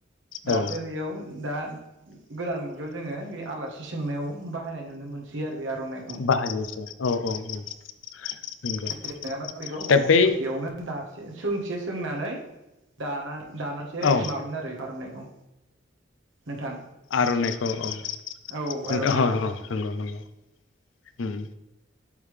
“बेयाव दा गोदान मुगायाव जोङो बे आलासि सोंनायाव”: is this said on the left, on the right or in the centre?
Right